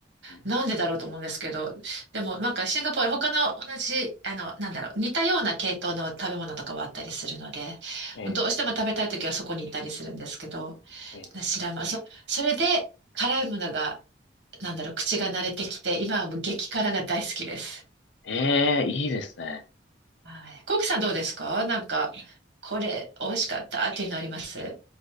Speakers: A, on the left; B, on the right.
A: うん
B: なんでだろうと思うんですけど。でもなんかシンガポール、
A: うん
B: 他の同じ、あの、なんだろう、似たような系統の食べ物とかはあったりするので、
A: ええ、
B: どうしても食べたい時はそこに行ったりするんですけど、
A: え
B: 梨玉、そ、それで辛いものが、なんだろう、口が慣れてきて、今はもう激辛が大好きです。
A: え、ええいいですね。
B: はい。コウキさんどうですかなんか、これ美味しかったっていうのあります